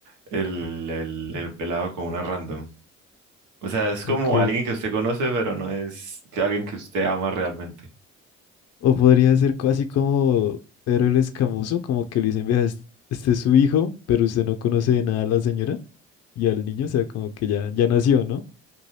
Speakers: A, on the right; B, on the left.
A: el, el, el pelado con una random. O sea, es como
B: ok,
A: alguien que usted conoce, pero no es que alguien que usted ama realmente.
B: o podría ser casi como Pedro el Escamoso, como que le dicen, vea, es- este es su hijo, pero usted no conoce de nada a la señora y al niño, o sea, como que ya, ya nació, ¿no?